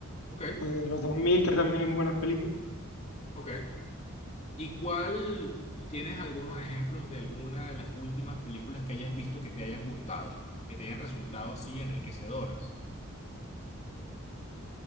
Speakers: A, on the left; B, on the left.
A: ok,
B: o de los 2000, que también hay muy buenas películas.
A: ok. ¿Y cuál, tienes algunos ejemplos de alguna de las últimas películas que hayas visto que te hayan gustado, que te hayan resultado así enriquecedoras?